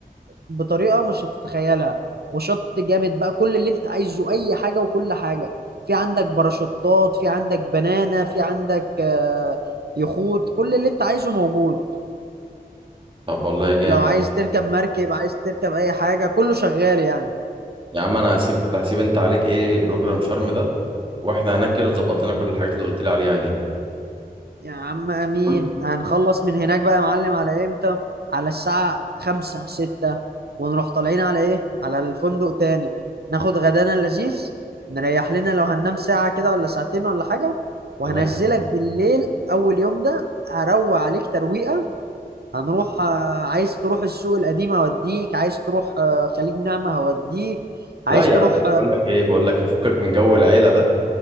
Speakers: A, on the right; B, on the right.
A: بطريقة مش هتتخيلها وشط جامد بقى كل اللي انت عايزه اي حاجة وكل حاجة في عندك باراشوتات في عندك بنانة في عندك آه، يخوت كل اللي انت عايزه موجود
B: طب والله جامد
A: لو عايز تركب مركب عايز تركب اي حاجة كله شغال يعني
B: يا عم انا هسيب هسيب انت عليك ايه بروجرام شرم ده واحنا هناك كده تظبط لنا كل الحاجات اللي قلت لي عليها دي
A: يا عم امين
B: قلت
A: هنخلص من هناك بقى يا معلم على امتى على الساعة خمسة ستة ونروح طالعين على ايه على الفندق تاني ناخد غدانا اللذيذ نريح لنا لو هننام ساعة كده ولا ساعتين ولا حاجة وهنزلك
B: تمام
A: بالليل اول يوم ده اروق عليك ترويقة هنروح آه، عايز تروح السوق القديم هوديك عايز تروح آه، خليج نعمة هوديك عايز
B: لا يا
A: تروح
B: عم
A: اه
B: بقول لك ايه بقول لك يفكك من جو العيله ده